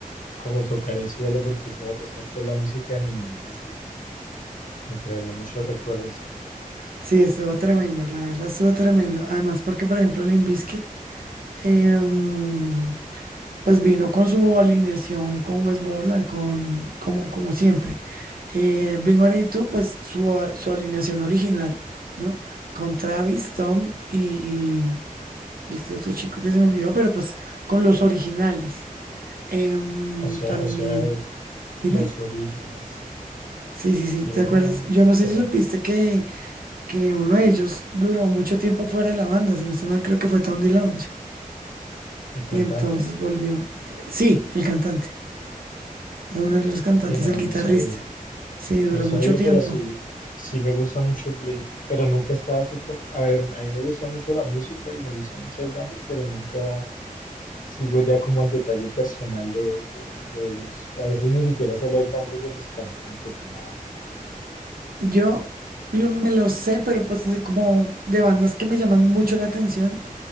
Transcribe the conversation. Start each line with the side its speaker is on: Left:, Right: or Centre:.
Left: como tocar el cielo porque esa, esa fue la música de mi niñez y me traería muchos recuerdos.
Right: Sí, estuvo tremendo, la verdad estuvo tremendo. Además, porque por ejemplo, Limp Bizkit em, pues vino con su alineación con West Borland, con, como, como siempre. Eh, Blink-182, pues su, a- su alineación original, ¿no? Con Travis, Tom y, y, y este otro chico que se me olvidó, pero pues con los originales. Em,
Left: O sea,
Right: también,
Left: o sea,
Right: dime.
Left: Los Orígenes.
Right: Sí, sí, sí,
Left: Sí,
Right: ¿te acuerdas?
Left: no, no,
Right: Yo no sé
Left: perdón.
Right: si supiste que, que uno de ellos duró mucho tiempo fuera de la banda, si no estoy mal, creo que fue Tom DeLonge.
Left: ¿El cantante?
Right: Y entonces volvió. eh, Sí, el cantante. Uno de los cantantes,
Left: Sí, no,
Right: el guitarrista.
Left: no sabía.
Right: Sí, duró
Left: No sabía,
Right: mucho tiempo.
Left: pero sí, sí me gusta mucho Blink, pero nunca estaba así como, a ver, a mí me gusta mucho la música y me gustan muchas bandas, pero nunca sigo ya como al detalle personal de, de, de ellos. A veces ni siquiera sé los nombres de los cantantes ni nada.
Right: Yo lo- me lo sé, pero pues de- como de bandas que me llaman mucho la atención.